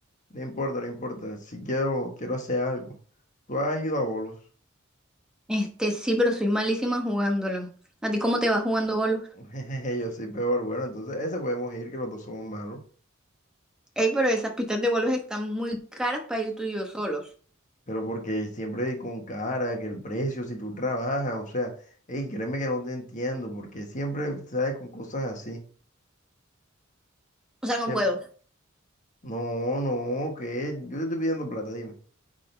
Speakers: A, on the left; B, in the centre.
A: No importa, no importa. Si quiero, quiero hacer algo. Tú has ido a bolos.
B: Este, sí, pero soy malísima jugándolo. ¿A ti cómo te va jugando bolos?
A: <laughs> Yo soy peor. Bueno, entonces ese podemos ir, que los dos somos malos.
B: Ey, pero esas pistas de bolos están muy caras para ir tú y yo solos.
A: Pero porque siempre con cara, que el precio, si tú trabajas, o sea, hey, créeme que no te entiendo, porque siempre sabes con cosas así.
B: O sea, no
A: Que
B: puedo.
A: no, no, que yo te estoy pidiendo plata, dime.